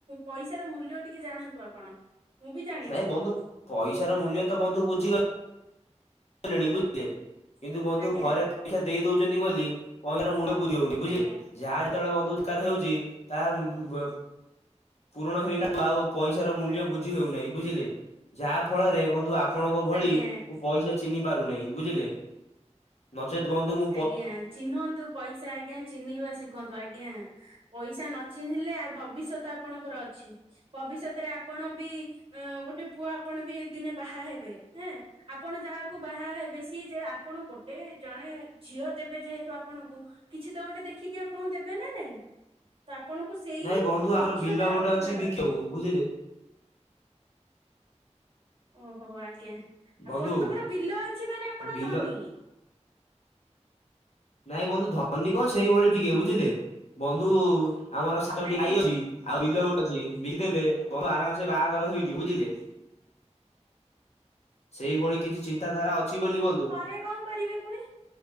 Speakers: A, on the right; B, on the left.
A: ପଇସାର ମୂଲ୍ୟ ଟିକେ ଜାଣନ୍ତୁ ଆପଣ? ମୁଁ ବି ଜାଣିଛି
B: ନାଇଁ ବନ୍ଧୁ ପଇସା ର ମୂଲ୍ୟ ତ ବନ୍ଧୁ ବୁଝିଗଲି ଲିନି ବୁଝିଲେ? କିନ୍ତୁ ବନ୍ଧୁ
A: ଆଜ୍ଞା
B: ଘରେ ପଇସା ଦେଇ ଦଉଚନ୍ତି ବୋଲି ପଇସାର ମୂଲ୍ୟ ବୁଝି ହଉନି ବୁଝିଲେ?
A: ଆଜ୍ଞା
B: ଯାହା ଯେତେବେଳେ ବନ୍ଧୁ ଦରକାର ହେଉଚି ତାହା ପୂରଣ ହେଇଗଲେ ଆଉ ପଇସାର ମୂଲ୍ୟ ବୁଝି ହେଉନାହିଁ ବୁଝିଲେ ଯାହା ଫଳରେ ବନ୍ଧୁ ଆପ ଆପଣଙ୍କ ଭଳି
A: ଆଜ୍ଞା
B: ମୁଁ ପଇସା ଚିହ୍ନି ପାରୁ ନେଇଁ ବୁଝିଲେ ନଚେତ୍ ବନ୍ଧୁମୁଁ
A: ଆଜ୍ଞା ଚିହ୍ନନ୍ତୁ ପଇସା ଆଜ୍ଞା ଚିହ୍ନିବା ଶିଖନ୍ତୁ ଆଜ୍ଞା। ପଇସା ନଚିହ୍ନିଲେ ଭବିଷ୍ୟତ ଆପଣଙ୍କର ଅଛି। ଭବିଷ୍ୟତରେ ଆପଣ ବି ଗୋଟେ ପୁଅ ଆପଣ ବି ଦିନେ ବାହା ହେବେ ହେଁ। ଆପଣ ଯାହାକୁ ବାହା ହେବେ ସିଏ ଯେ ଆପଣ ଗୋଟେ ଜଣେ ଝିଅ ଦେବେ ଯେହେତୁ ଆପଣଙ୍କୁ କିଛି ତ ଗୋଟେ ଦେଖିକି ଆପଣଙ୍କୁ ଦେବେ ନା ନାଇଁ? ତ ଆପଣଙ୍କୁ ସେଇ
B: ନାଇଁ ବନ୍ଧୁ ଆମର
A: ଦକ୍ଷତା
B: ବିଲ ଗୋଟେ
A: ରଖିବାର
B: ବିକିବାକୁ
A: ଅଛି।
B: ବୁଝିଲେ?
A: ଓହୋ ଆଜ୍ଞା
B: ବନ୍ଧୁ
A: ଆପଣଙ୍କର ବିଲ ଅଛି ମାନେ ଆପଣ
B: ବିଲ
A: ଧନୀ।
B: ନାଇଁ ବନ୍ଧୁ ଧନୀ କଣ ସେଇଭଳି ଟିକେ ବୁଝିଲେ ବନ୍ଧୁ। ଆମର ସାତଟି
A: ଆଜ୍ଞା।
B: ଗାଈ ଅଛି ଆଉ ବିଲ ଗୋଟ ଅଛି ବିକି ଦେଲେ ବନ୍ଧୁ ଆରାମସେ ବାହାଘର ହେଇଯିବ ବୁଝିଲେ? ସେଇଭଳି କିଛି ଚିନ୍ତାଧାରା ଅଛି ବୋଲି ବନ୍ଧୁ
A: ହେ କଣ କରିବେ ପୁଣି?